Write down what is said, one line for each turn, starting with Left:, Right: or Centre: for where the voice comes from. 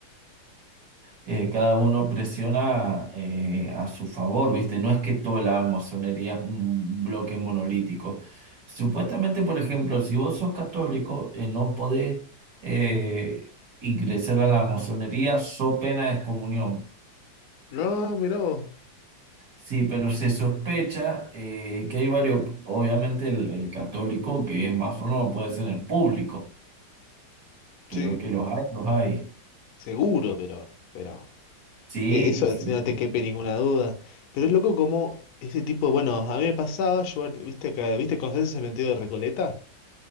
Right: eh, cada uno presiona eh, a su favor, ¿viste? No es que toda la masonería es un bloque monolítico. Supuestamente, por ejemplo, si vos sos católico, eh, no podés eh, ingresar a la masonería, so pena de excomunión.
Left: No, mirá vos.
Right: Sí, pero se sospecha eh, que hay varios, obviamente el, el católico que es más o no puede ser en público, pero
Left: Sí,
Right: que los hay, los hay.
Left: seguro, pero, pero.
Right: Sí,
Left: E- Eso
Right: sí,
Left: no te quepe ninguna duda. Pero es loco como ese tipo, bueno, a mí me pasaba, yo, viste que, viste, ¿conocés el cementerio de Recoleta?